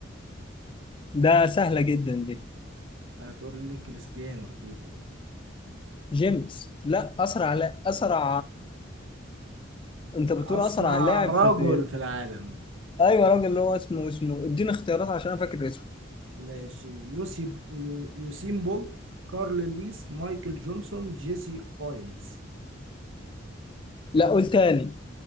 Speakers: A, on the left (about 25°); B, on the right (about 85°).
A: ده سهلة جدا دي
B: هتقول لي كريستيانو أكيد يعني
A: جيمس لا أسرع لا أسرع أنت بتقول
B: أسرع
A: أسرع لاعب
B: رجل
A: في في-
B: في العالم
A: أيوة راجل اللي هو اسمه اسمه اديني اختيارات عشان أنا فاكر اسمه
B: ماشي يوسي يوسين بولت كارل لويس مايكل جونسون جيسي أوينز
A: لا قول تاني